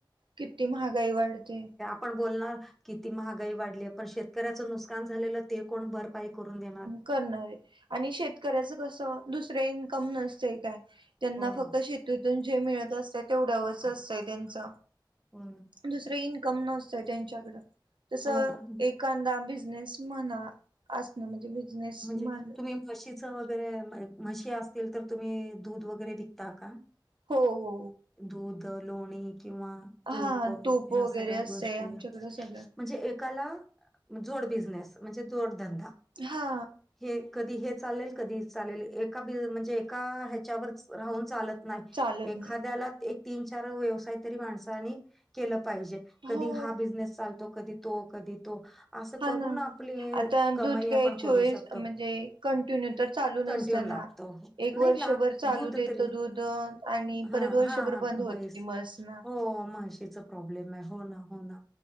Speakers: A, on the right; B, in the centre.
A: किती महागाई वाढते
B: पण बोलणार किती महागाई वाढली पण शेतकऱ्याचं नुस्कान झालेलं ते कोण भर पाई करून देणा
A: करणारे आणि शेतकऱ्याच कसं दुसरं इन्कम नसतय काय त्यांना
B: हो
A: फक्त
B: ना,
A: शेतीतून जे मिळत असत तेवढ्यावरच असतय त्यांच
B: हो ना
A: दुसरं इन्कम नसतय त्यांच्याकड तसं
B: हो ना.
A: एखादा बिझनेस म्हणा असणं म्हणजे बिझनेस
B: म्हणजे
A: माणूस
B: तुम्ही म्हशीचं वगैरे म्हशी असतील तर तुम्ही दूध वगैरे विकता का
A: हो हो
B: दूध लोणी किंवा तूप
A: हा
B: ह्या
A: वगैरे
B: सगळ्या
A: असतंय
B: गोष्टी
A: आमच्याकडं
B: म्हणजे
A: सगळं
B: एकाला जोड बिझनेस म्हणजे जोडधंदा
A: हा
B: हे कधी हे चालेल कधी चालेल एका बि म्हणजे एका ह्याच्यावरच राहून चालत नाही
A: चालत
B: एखाद्याला
A: नाही
B: एक तीन चार व्यवसाय तरी माणसांनी केलं पाहिजे कधी
A: हो
B: हा बिझनेस चालतो कधी तो कधी तो असं
A: हा
B: करून
A: ना
B: आपली
A: आता
B: कमाई
A: दूध काही
B: आपण करू
A: चोवीस
B: शकतो
A: म्हणजे कंटिन्यू तर चालू
B: कंटिन्यू
A: नसत
B: लागतो.
A: ना एक
B: नाही
A: वर्षभर
B: लाग
A: चालू
B: दूध
A: देत
B: तरी
A: दूध आणि
B: हा
A: परत वर्षभर
B: हा हा
A: बंद
B: म्हैस
A: होती म्हस ना
B: हो म्हशीच प्रॉब्लेम आहे हो ना हो ना